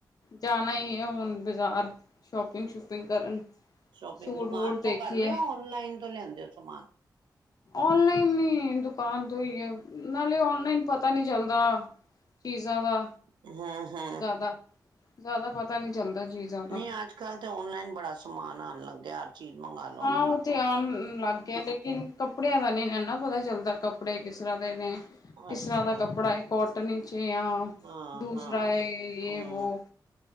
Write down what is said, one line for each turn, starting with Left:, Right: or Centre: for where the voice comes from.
Left: ਜਾਣਾ ਹੀ ਆ ਹੁਣ ਬਜ਼ਾਰ ਸ਼ੋਪਿੰਗ ਸ਼ੂਪਿੰਗ ਕਰਨ।
Right: ਸ਼ੋਪਿੰਗ
Left: ਸੂਟ
Right: ਦੁਕਾਨ
Left: ਵੂਟ ਦੇਖੀਏ
Right: ਤੋਂ ਕਰਦੇ ਹੋ, ਔਨਲਾਈਨ ਤੋਂ ਲਿਆਂਦੇ ਹੋ ਸਮਾਨ?
Left: ਔਨਲਾਈਨ ਨਹੀਂ, ਦੁਕਾਨ ਤੋਂ ਹੀ ਨਾਲੇ ਔਨਲਾਈਨ ਪਤਾ ਨੀ ਚੱਲਦਾ। ਚੀਜ਼ਾਂ ਦਾ
Right: ਹਮ ਹਮ
Left: ਜਾਦਾ, ਜਾਦਾ ਪਤਾ ਨੀ ਚੱਲਦਾ। ਚੀਜ਼ਾਂ ਦਾ
Right: ਨਹੀਂ, ਅੱਜ-ਕੱਲ ਤੇ ਔਨਲਾਈਨ ਬੜਾ ਸਮਾਨ ਆਉਣ ਲੱਗ ਗਿਆ, ਹਰ ਚੀਜ਼ ਮੰਗਾ
Left: ਹਾਂ, ਉਹ ਤੇ ਆਣ ਲੱਗ ਗਿਆ ਲੇਕਿਨ ਕੱਪੜਿਆਂ ਦਾ ਨਹੀਂ ਨਾ ਪਤਾ ਚੱਲਦਾ, ਕੱਪੜੇ ਕਿਸ ਤਰ੍ਹਾਂ ਦੇ ਨੇ, ਕਿਸ
Right: ਅੱਛਾ
Left: ਤਰ੍ਹਾਂ ਦਾ ਕੱਪੜਾ ਏ। ਕੋਟਨ ਵਿੱਚ ਆ,
Right: ਹਾਂ
Left: ਦੂਸਰਾ
Right: ਹਾਂ
Left: ਏ ਯੇ
Right: ਹਮ
Left: ਵੋ।